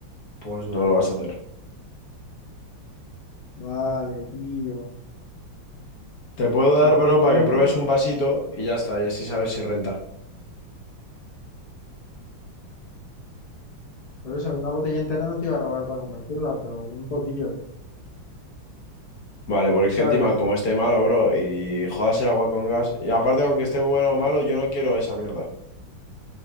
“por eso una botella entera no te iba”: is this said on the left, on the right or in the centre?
Left